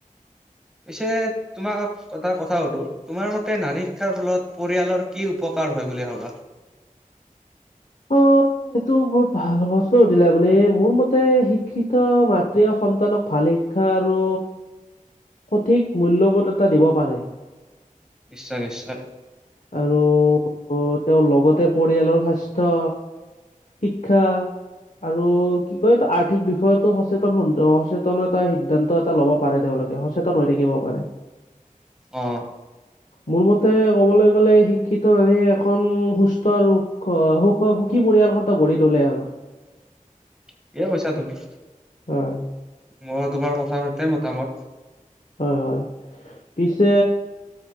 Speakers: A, in the centre; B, on the left.
A: পিছে তোমাক এটা কথা সোধোঁ তোমাৰ মতে নাৰী শিক্ষাৰ ফলত পৰিয়ালৰ কি উপকাৰ হয় বুলি ভবা?
B: অ' এইটো বহুত ভাল প্ৰশ্ন সুধিলে আপুনি, মোৰ মতে শিক্ষিত মাতৃ আৰু সন্তানক ভাল শিক্ষা আৰু সঠিক মূল্যবোধ এটা দিব পাৰে।
A: নিশ্চয় নিশ্চয়।
B: আৰু তেওঁৰ লগতে পৰিয়ালৰ স্বাস্থ্য। শিক্ষা আৰু কি কয় আৰ্থিক বিষয়ো সচেতন সচেতন এটা সিদ্ধান্ত এটা ল'ব পাৰে তেওঁলোকে। সচেতন হৈ থাকিব পাৰে।
A: অ'।
B: মোৰ মতে ক'বলৈ গ'লে শিক্ষিত নাৰীয়ে এখন সুস্থ আৰু সুখ সুখী পৰিয়ালখন গঢ়ি তোলে আৰু।
A: <unintelligible> কৈছা তুমি।
B: হয়।
A: মই তোমাৰ কথাৰ সৈতে মতামত।
B: হয়, হয়, পিছে